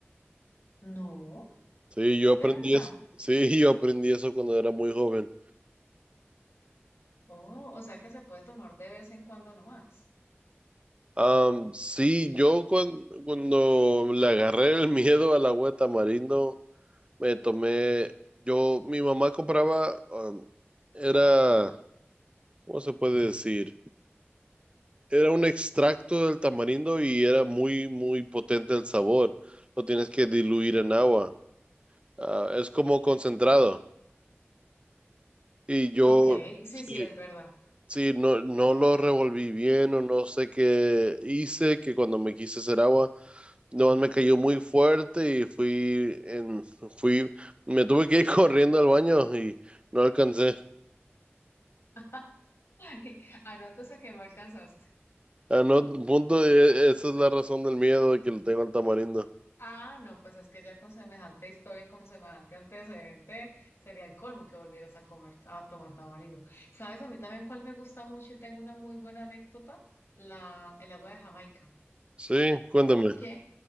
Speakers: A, on the left (about 75°); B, on the right (about 25°).
A: No,
B: Sí, yo
A: de
B: aprendí
A: verdad.
B: eso, sí, <laughs> yo aprendí eso cuando era muy joven.
A: Oh, o sea que se puede tomar de vez en cuando nomás.
B: Am, sí, yo cuan- cuando, le agarré el miedo al agua de tamarindo, me tomé, yo, mi mamá compraba, am, era, ¿cómo se puede decir? Era un extracto del tamarindo y era muy, muy potente el sabor. Lo tienes que diluir en agua. Ah, es como concentrado. Y yo,
A: Ok, sí,
B: sí,
A: sí, es verdad.
B: sí, no, no lo revolví bien o no sé qué hice, que cuando me quise hacer agua, no, me cayó muy fuerte y fui en, fui, me tuve que ir <laughs> corriendo al baño y no alcancé.
A: <laughs> Anótese que no alcanzaste.
B: A no, punto, e- esa es la razón del miedo de que le tengo al tamarindo.
A: Ah, no, pues es que ya con semejante historia y con semejante antecedente sería el colmo que volvieras a comer, a tomar tamarindo. ¿Sabes? A mí también cuál me gusta mucho y tengo una muy buena anécdota, la, el agua de Jamaica.
B: Sí, cuéntame.
A: Porque